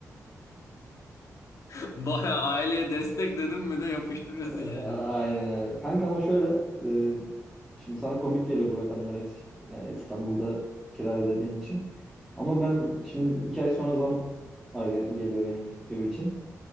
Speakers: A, on the left; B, in the centre.
A: <laughs> Baya aileye destek dedim mi de yapıştırıyorsun
B: A-
A: yani. o zaman.
B: Aynen öyle. Kanka ama şöyle, e, şimdi sana komik geliyor bu rakamlar Es- e, İstanbul'da kira ödediğin için. Ama ben şimdi iki ay sonra zam ayı geliyor benim ev için.